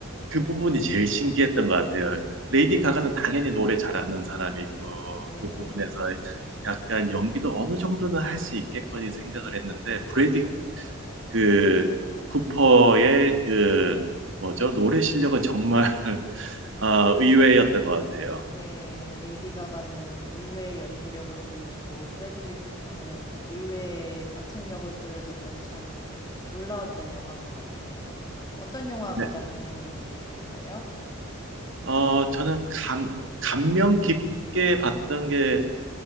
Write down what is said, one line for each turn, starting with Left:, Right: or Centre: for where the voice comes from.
Right: 그 부분이 제일 신기했던 것 같아요. 레이디 가가는 당연히 노래 잘하는 사람이고
Left: 네.
Right: 그 부분에서 약간 연기도 어느 정도는 할 수 있겠거니 생각을 했는데 브래디 그 쿠퍼의 그 뭐죠? 노래 실력은 정말 <laughs> 어, 의외였던 것 같아요.
Left: 네. 레이디 가가는 의외의 연기력을 보여주고 브래들리 쿠퍼는 의외의 가창력을 보여줬던 참 놀라웠던 영화인 것 같아요. 어떤 영화
Right: 네.
Left: 가장 감명 깊게 보셨어요?
Right: 어, 저는 감, 감명 깊게 봤던 게